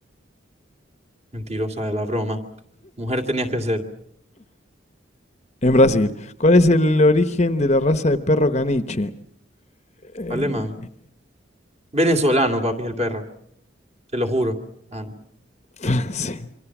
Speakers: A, on the right; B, on the left.
A: Mentirosa de la broma. Mujer tenías que ser.
B: En Brasil. ¿Cuál es el origen de la raza de perro caniche? Eh,
A: Alemán. Venezolano, papi, es el perro. Te lo juro. Ah, no.
B: <laughs> francés.